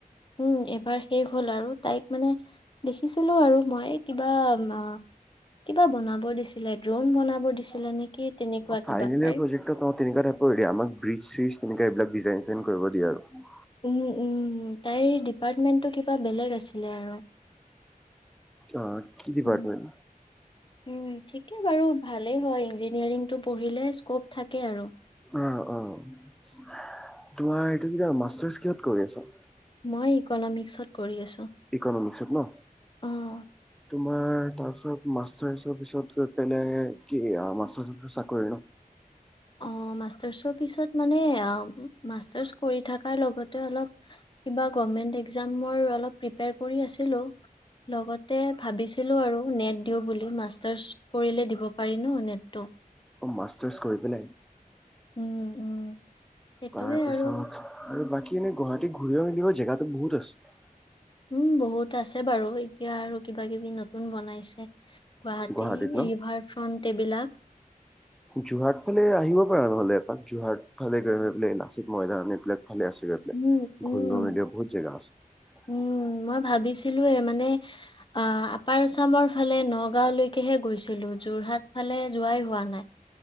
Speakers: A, on the left (about 35°); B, in the centre.
A: উম, এবাৰ শেষ হ'ল আৰু তাইক মানে দেখিছিলো আৰু ময়ে কিবা মা কিবা বনাব দিছিলে ড্ৰ'ন বনাব দিছিলে নেকি তেনেকুৱা
B: ফাইনেল
A: কিবা তাই
B: প্ৰজেক্ট তেনেকুৱা টাইপৰে দিয়ে আমাক ব্ৰিজ চ্ৰিজ তেনেকে এইবাকিজাইন চিজাইন কৰিব দিয়ে আৰু।
A: উম, উম, তাই ডি এপাৰমেণ্টটো কিবা বেলেগ আছিলে আৰু
B: অ কি ডিপাৰ্টমেন্ট
A: উম, উম, ঠিকে বাৰু। ভালেই হয় ইঞ্জিনিয়াৰিংটো পঢ়িলে স্কপ থাকে আৰু।
B: অ', অ', তোমাৰ এইটো মাষ্টাৰচ কিহত কৰি আছা?
A: মই ইকনমিক্সত কৰি আছো।
B: ইকনমিক্সত ন
A: অ।
B: তোমাৰ তাৰ পিছত মাষ্টাৰ পিছত গৈ পেলাই কি মাষ্টাৰ্ছৰ পিছত চাকৰি
A: অ', মাষ্টাৰ্চৰ পিছত মানে মাষ্টাৰ্চ কৰি থাকাৰ লগতে তে অলপ কিবা গভৰমেণ্ট এক্জামৰ অলপ প্ৰিপেৰ কৰি আছ লগতে ভাবিছিলো আৰু নেট দিওঁ বুলি। মাষ্টাৰ্চ কৰিলে দিব পাৰি ন' নেটটো।
B: অ', মাষ্টাৰ্চ কৰি পেলাই।
A: উম, উম। সেইটোৱে
B: তাৰপিছত
A: আৰু
B: আৰু বাকী এনে গুৱাহাটীত ঘূৰিব মেলিব জেগাতো বহুত আছে।
A: উম, বহুত আছে বাৰু এতিয়া আৰু কিবা কিবি নতুন বনাইছে গুৱাহাটীৰ
B: গুৱাহাটীত ন?
A: ৰিভাৰ ফ্ৰন্ট টেবিলাক
B: যোৰহাট ফালে আহিব পাৰা নহ'লে এপাক যোৰহাট ফালে গ'লে লাচিত ময়দান এইবিলাক ভালে আছে গৈ প
A: উম, উম।
B: ঘূৰিব মেলিব বহুত জাগা আছে।
A: উম, মই ভাবিছিলোয়ে মানে অ আপাৰছামৰ ফালে নগাঁওলৈকেহে গৈছিলো যোৰহাট ফালে যোৱাই হোৱা নাই